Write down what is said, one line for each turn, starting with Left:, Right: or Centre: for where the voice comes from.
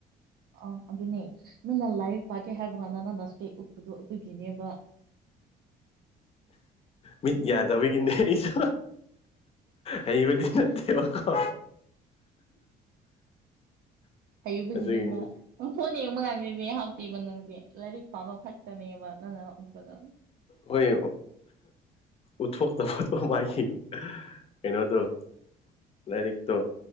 Right: ꯑꯥ ꯑꯗꯨꯅꯦ ꯅꯪꯅ ꯂꯥꯏꯔꯤꯛ ꯄꯥꯀꯦ ꯍꯥꯏꯕ ꯉꯥꯟꯗ ꯅꯪꯅ ꯏꯁꯇꯦꯛ ꯎꯞꯄꯗꯣ ꯑꯗꯨꯒꯤꯅꯦꯕ
Left: ꯃꯤꯠ ꯌꯥꯗꯕꯒꯤꯅꯦ ꯑꯩꯁꯨ ꯍꯩꯕꯗꯤ ꯅꯠꯇꯦꯕꯀꯣ
Right: ꯍꯩꯕꯒꯤꯅꯤꯃꯥ
Left: ꯑꯗꯨꯒꯤꯅꯤ
Right: ꯐꯣꯟ ꯌꯦꯡꯕ ꯀꯥꯟꯗꯗꯤ ꯍꯥꯞꯇꯦꯕ ꯅꯪꯁꯦ ꯂꯥꯏꯔꯤꯛ ꯄꯥꯕ ꯈꯛꯇꯅꯦꯕ ꯅꯪꯅ ꯎꯞꯄꯗꯣ
Left: ꯍꯣꯏ ꯎꯠꯊꯣꯛ <unintelligible> ꯀꯩꯅꯣꯗꯣ ꯂꯥꯏꯔꯤꯛꯇꯣ